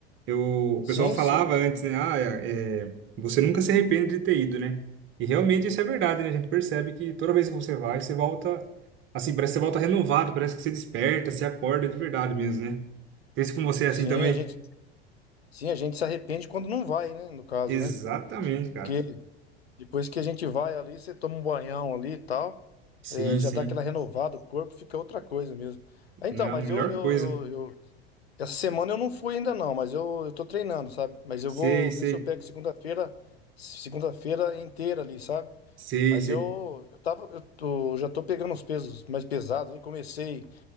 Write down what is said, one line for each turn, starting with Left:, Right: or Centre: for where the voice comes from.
Right: Eu, o pessoal
Left: Sim,
Right: falava
Left: sim.
Right: antes, né? Ah, é, é, você nunca se arrepende de ter ido, né? E realmente isso é verdade, né? A gente percebe que toda vez que você vai, você volta, assim, parece que você volta renovado, parece que você desperta, se acorda de verdade mesmo, né? Pense com você
Left: Sim,
Right: é assim também.
Left: a gente, sim, a gente se arrepende quando não vai, né, no caso,
Right: Exatamente,
Left: né?
Right: cara.
Left: Porque depois que a gente vai ali, você toma um banhão ali e tal,
Right: Sim,
Left: é, já
Right: sim.
Left: dá aquela renovada, o corpo fica outra coisa mesmo. Ah, Então,
Right: Não,
Left: mas
Right: melhor
Left: eu, eu,
Right: coisa.
Left: eu, eu, Essa semana eu não fui ainda não, mas eu, eu tô treinando, sabe? Mas eu
Right: Sei,
Left: vou
Right: sei.
Left: ver se eu pego segunda-feira, segunda-feira inteira ali, sabe?
Right: Sei,
Left: Mas
Right: sei.
Left: eu, eu tava, eu tô- já tô pegando os pesos mais pesados ali, comecei,